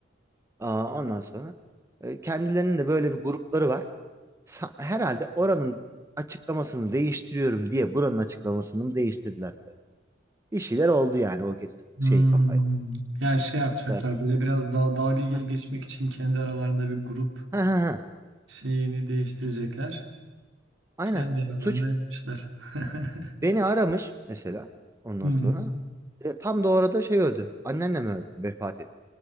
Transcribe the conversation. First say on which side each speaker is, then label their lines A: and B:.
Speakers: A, on the right; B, on the right.
A: Aa, ondan sonra e, kendilerinin de böyle bir grupları var. Sa- herhalde oranın açıklamasını değiştiriyorum diye buranın açıklamasını mı değiştirdiler? böyle. Bir şeyler oldu yani o gece
B: Hmm.
A: şey kafayla.
B: Yani şey yapacaklar
A: Sarhoş.
B: böyle biraz daha dalga ge-
A: Ha,
B: geçmek için kendi aralarında bir grup
A: ha, ha. ha.
B: şeyini değiştirecekler.
A: Aynen.
B: Kendi aralarında
A: Suç.
B: yapmışlar. <laughs>
A: Beni aramış mesela ondan
B: Hı hı.
A: sonra. E, tam da orada şey öldü. Anneannem öldü, vefat etti.